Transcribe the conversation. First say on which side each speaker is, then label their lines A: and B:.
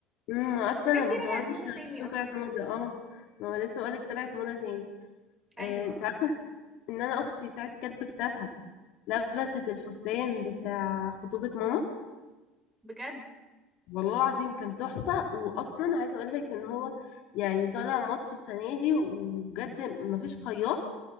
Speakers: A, on the left; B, on the right.
A: امم أصلا
B: الحاجات
A: البنطلونات
B: دي رجعت
A: مش
B: موضة تاني
A: أصلا
B: أصلا
A: طلعت موضة اه ما هو لسه بقولك طلعت موضة تاني
B: أيوة
A: اه تعرفي ان أنا أختي ساعة كاتبة كتابها لبست الفستان بتاع خطوبة ماما
B: بجد
A: والله العظيم كان تحفة وأصلا عايزة أقول لك إن هو يعني طالع موضته السنة دي وبجد مفيش خياط